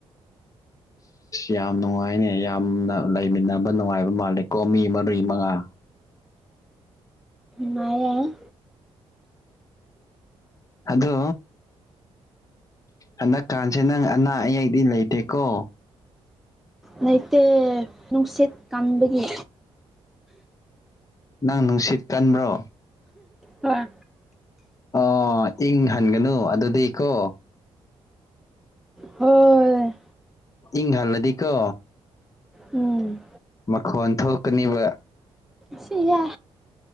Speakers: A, on the left; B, in the centre.
A: ꯌꯥꯝ ꯅꯨꯡꯉꯥꯏꯅꯦ ꯌꯥꯝꯅ ꯂꯩꯃꯤꯟꯅꯕ ꯅꯨꯡꯉꯥꯏꯕ ꯃꯥꯜꯂꯦꯀꯣ ꯃꯤ ꯃꯔꯤ ꯃꯉꯥ
B: ꯅꯨꯡꯉꯥꯢꯌꯦ
A: ꯑꯗꯨ ꯍꯟꯗꯛꯀꯥꯟꯁꯦ ꯅꯪ ꯑꯅꯥ ꯑꯌꯦꯛꯗꯤ ꯂꯩꯇꯦꯀꯣ
B: ꯂꯩꯇꯦ ꯅꯨꯡꯁꯤꯠ ꯀꯥꯟꯕꯒꯤ
A: ꯅꯪ ꯅꯨꯡꯁꯤꯠ ꯀꯟꯕ꯭ꯔꯣ
B: ꯍꯣꯏ
A: ꯑꯣ ꯏꯪ ꯍꯟꯒꯅꯨ ꯑꯗꯨꯗꯤꯀꯣ
B: ꯍꯣꯏ
A: ꯏꯪ ꯍꯜꯂꯗꯤꯀꯣ
B: ꯎꯝ
A: ꯃꯈꯣꯟ ꯊꯣꯛꯀꯅꯤꯕ
B: ꯁꯤꯌꯥ